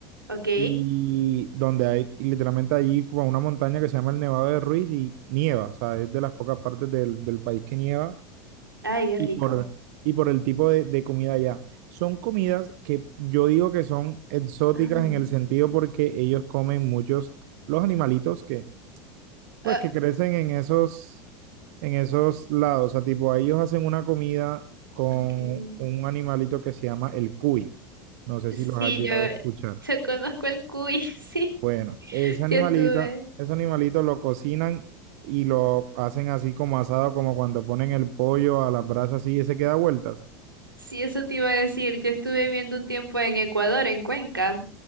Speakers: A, on the right (about 85°); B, on the right (about 50°).
A: Ok.
B: y donde hay y literalmente allí como una montaña que se llama el Nevado de Ruiz y nieva, o sea, es de las pocas partes del, del país que nieva
A: Ay, qué
B: y
A: rico.
B: por, y por el tipo de, de comida allá. Son comidas que yo digo que son exóticas
A: Ajá.
B: en el sentido porque ellos comen muchos los animalitos que, pues,
A: Ah,
B: que crecen en esos, en esos lados, o sea, tipo, ellos hacen una comida con
A: ok.
B: un animalito que se llama el cuy. No sé
A: sí,
B: si los has llegado
A: yo,
B: a escuchar.
A: yo conozco el cuy, <laughs> sí.
B: Bueno, ese animalita,
A: Yo estuve,
B: ese animalito lo cocinan y lo hacen así como asado, como cuando ponen el pollo a la brasa así y se queda vueltas.
A: sí, eso te iba a decir. Yo estuve viviendo un tiempo en Ecuador, en Cuenca,